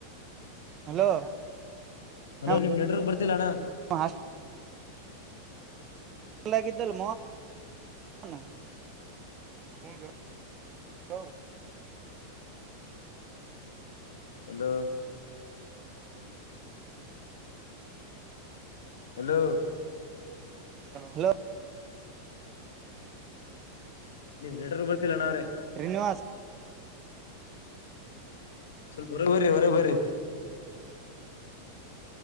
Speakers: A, on the right (about 30°); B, on the left (about 65°).
A: ಹಲೋ
B: ಹಲೋ
A: ನಮ್
B: ನಿಮ್ ನೆಟ್ವರ್ಕ್ ಬರ್ತಿಲ್ಲ ಅಣ್ಣ
A: ಹಾಸ್ಟೆಲ್ ಲಿದ್ದಲ್ <unintelligible>
B: ಹಲೋ ಹಲೋ
A: ಹಲೋ.
B: ನೀವ್ ನೆಡರ್ ಬರ್. ತಿಳನ. ಅಣ್ಣಾವ್ರಿ
A: ಶ್ರೀನಿವಾಸ್
B: ಸ್ವಲ್ಪ ಹೊರಬ್ರರಿ ಹೊರೋಬ್ರಿ.